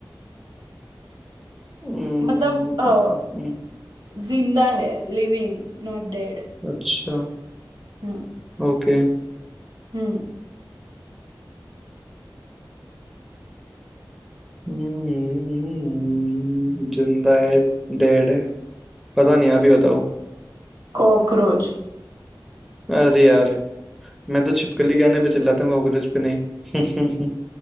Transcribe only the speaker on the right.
मतलब अ,
जिंदा है living not dead
Hmm
Hmm
Cockroach